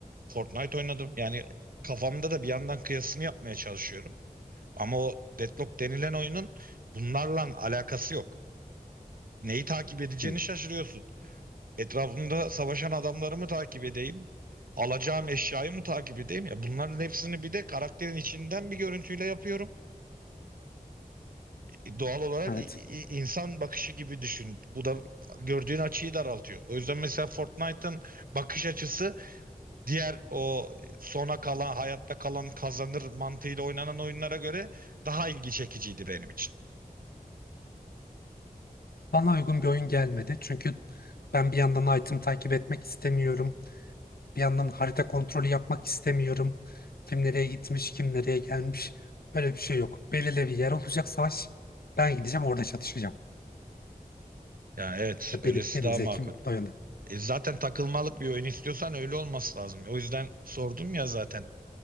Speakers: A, on the right; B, on the left.
A: Fortnite oynadım. Yani kafamda da bir yandan kıyasını yapmaya çalışıyorum. Ama o Deadlock denilen oyunun bunlarla alakası yok. Neyi takip edeceğini
B: Evet.
A: şaşırıyorsun. Etrafımda savaşan adamları mı takip edeyim? Alacağım eşyayı mı takip edeyim? Ya bunların hepsini bir de karakterin içinden bir görüntüyle yapıyorum. E, Doğal olarak
B: Evet.
A: i- i- insan bakışı gibi düşün. Bu da gördüğün açıyı daraltıyor. O yüzden mesela Fortnite'ın bakış açısı diğer o sona kalan, hayatta kalan kazanır mantığıyla oynanan oyunlara göre daha ilgi çekiciydi benim için.
B: Bana uygun bir oyun gelmedi. Çünkü ben bir yandan item takip etmek istemiyorum. Bir yandan harita kontrolü yapmak istemiyorum. Kim nereye gitmiş, kim nereye gelmiş. Böyle bir şey yok. Belirli bir yer olacak savaş. Ben gideceğim orada çatışacağım.
A: Yani evet,
B: Ya
A: öylesi
B: benim, benim
A: daha
B: zevkim
A: makul.
B: bu yönde.
A: E, zaten takılmalık bir oyun istiyorsan öyle olması lazım. O yüzden sordum ya zaten.